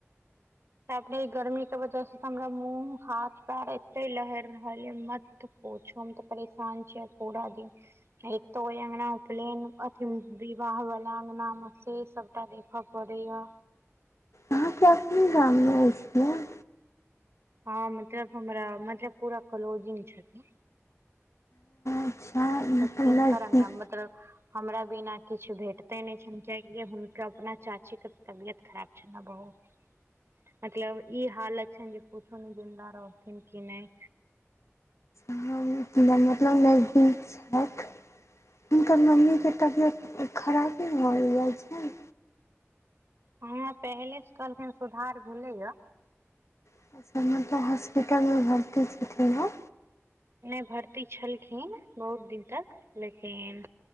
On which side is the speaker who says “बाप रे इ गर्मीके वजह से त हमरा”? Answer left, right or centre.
Right